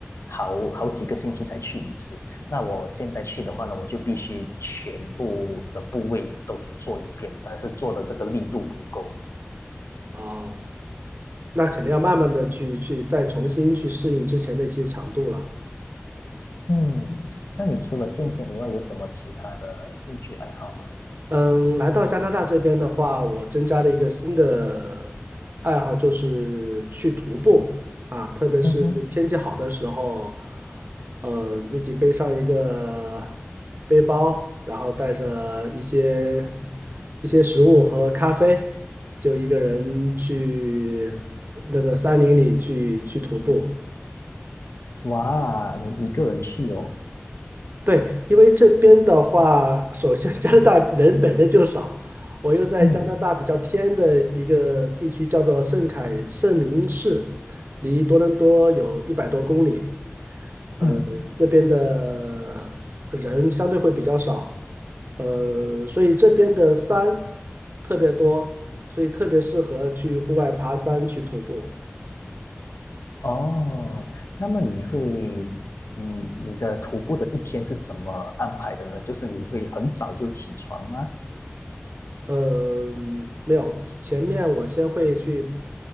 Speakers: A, on the left; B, on the right.
A: 好好几个星期才去一次。那我现在去的话呢，我就必须全部的部位都给做一遍，但是做的这个力度不够。
B: 哦，那肯定要慢慢的去去再重新去适应之前的一些强度了。
A: 嗯，那你除了健身以外，有什么其他的兴趣爱好吗？
B: 嗯，来到加拿大这边的话，我增加了一个新的爱好，就是去徒步啊，特别是天气好的时候，
A: 嗯哼，
B: 嗯，自己背上一个背包，然后带着一些一些食物和咖啡，就一个人去那个山林里去去徒步。
A: 哇，你一个人去哦。
B: 对，因为这边的话，首先加拿大人本身就少，我又在加拿大比较偏的一个地区，
A: 嗯
B: 叫做圣凯圣林市，离多伦多有一百多公里。呃，
A: 嗯。
B: 这边的人相对会比较少，呃，所以这边的山特别多，所以特别适合去户外爬山去徒步。
A: 哦，那么你会，嗯，你的徒步的一天是怎么安排的呢？就是你会很早就起床吗？
B: 呃，没有，前面我先会去，